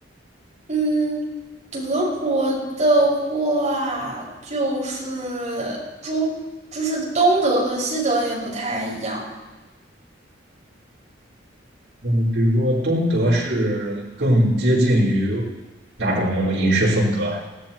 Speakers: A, on the right; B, on the right.
A: 嗯，德国的话就是中就是东德和西德也不太一样。
B: 嗯，比如说东德是更接近于哪种饮食风格啊？